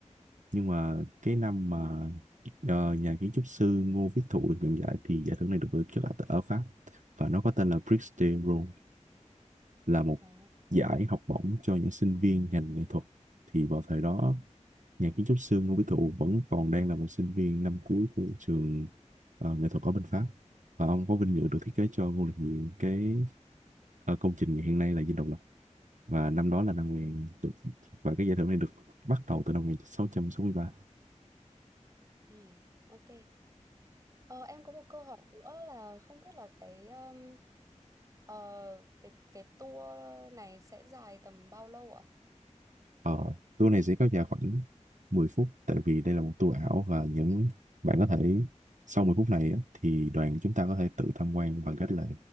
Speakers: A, on the right; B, on the right.
A: nhưng mà cái năm mà ờ, nhà kiến trúc sư Ngô Viết Thụ được nhận giải thì giải thưởng này được tổ chức ở, ở Pháp và nó có tên là Prix de Rome là một
B: Ờ,
A: giải học bổng cho những sinh viên ngành nghệ thuật thì vào thời đó nhà kiến trúc sư Ngô Viết Thụ vẫn còn đang là một sinh viên năm cuối của trường ờ, nghệ thuật ở bên Pháp và ông có vinh dự được thiết kế cho Ngô Đình Diệm cái ờ, công trình hiện nay là Dinh Độc Lập và năm đó là năm 1000 được- và cái giải thưởng này được bắt đầu từ năm 1663
B: ừ, ok. Ờ, em có một câu hỏi nữa là không biết là cái um, ờ, cái cái tour này sẽ dài tầm bao lâu ạ?
A: Ờ, tour này sẽ kéo dài khoảng 10 phút tại vì đây là một tour ảo và những bạn có thể sau 10 phút này á, thì đoàn chúng ta có thể tự tham quan bằng cách là